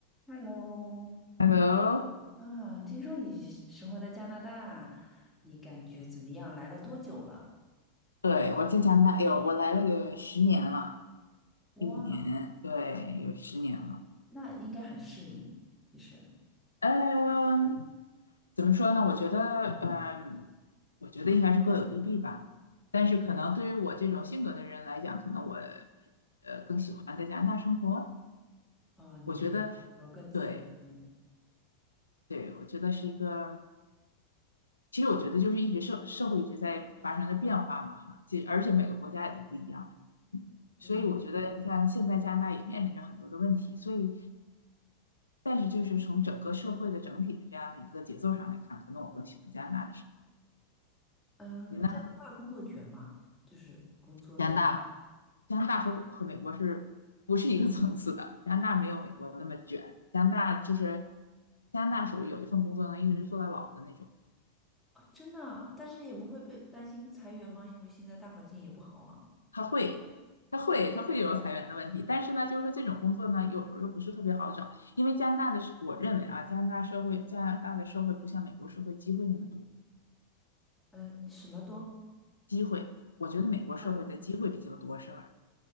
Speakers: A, in the centre; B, on the left (about 80°).
A: Hello，
B: Hello，
A: 啊，听说你生活在加拿大，你感觉怎么样？来了多久了？
B: 对，我在加拿大，哎呦，我来了有十年了，
A: 哇，
B: 一五年，对，有十年了。
A: 那应该很适应，其实
B: 嗯，怎么说呢？我觉得，嗯，我觉得应该是各有利弊吧。但是可能对于我这种性格的人来讲，可能我，呃，更喜欢在加拿大生活。
A: 啊，你的呃更自由一点。
B: 我觉得，对，对，我觉得是一个，其实我觉得就是一直社社会一直在发生着变化嘛，哈，其实而且每个国家也都不一样。所以我觉得，
A: 嗯
B: 你看现在加拿大也面临着很多的问题，所以，但是就是从整个社会的整体的这样的一个节奏上来看，可能我更喜欢加拿大的生活。
A: 嗯，
B: 你呢？
A: 呃加拿大工作卷吗？就是工作的
B: 加拿大，加拿大和和美国是不是一个层次的？加拿大没有美国那么卷，加拿大就是加拿大属于有一份工作能一直做到老的那种，
A: 啊，真的啊但是也不会被担心裁员吗？因为现在大环境也不好啊。
B: 他会。他会，他会有裁员的问题，但是呢，就是说这种工作呢，有时候又不是特别好找，因为加拿大的社，我认为啊，加拿大社会，加拿大的社会不像美国社会机会那么多，
A: 嗯，什么多？
B: 机会，我觉得美国社会的机会比较多，
A: 问。
B: 是吧？